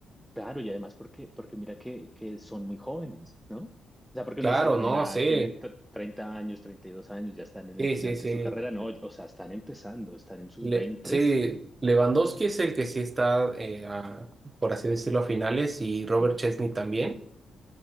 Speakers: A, in the centre; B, on the right.
A: Claro, y además porque, porque mira que, que son muy jóvenes, ¿no? O sea, porque
B: Claro,
A: uno dice, bueno,
B: no,
A: ah,
B: sí,
A: tienen t- 30 años, 32 años, ya están en
B: sí,
A: el final
B: sí,
A: de
B: sí.
A: su carrera, no, o sea, están empezando, están en sus
B: Le-
A: veintes
B: sí, Lewandowski es el que sí está, eh, a- por así decirlo, a finales y Robert Chesney también.